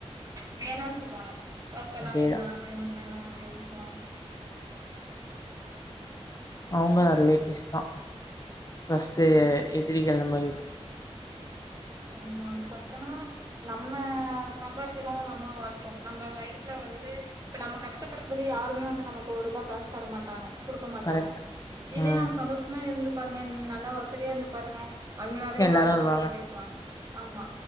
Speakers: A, on the right (about 35°); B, on the left (about 30°).
A: ச் வேனானு சொல்வாங்க லவ் பண்ணா
B: அதேதா
A: வேண்டா கல்யானோ பண்ண வேணா அப்டின்னு சொல்லுவாங்க
B: அவங்க
A: என்னமோ
B: ரிலேட்டிவ்ஸ் தா ஃபஸ்ட்
A: ம்.
B: எதிரிகள் நம்ம <unintelligible>
A: ம் அவங்க சொல்லபோனா நம்ம சம்பாதிக்கிறோ நம்ம வாழ்றோ நம்ம லைஃப்ல வந்து இப்ப நம்ம கஷ்டப்படும்போது யாருமே வந்து நமக்கு ஒரு ரூபா காசு தரமாட்டாங்க குடுக்க மாட்டாங்க
B: கரெக்ட்
A: இதே
B: ம்
A: நம சந்தோஷமா இருந்து பாருங்க நீங்க நல்லா வசதியா இருந்துப் பாருங்க அவங்களாவே
B: எல்லாரு
A: வான்டடா
B: வருவாங்க
A: வந்து பேசுவாங்க ஆமா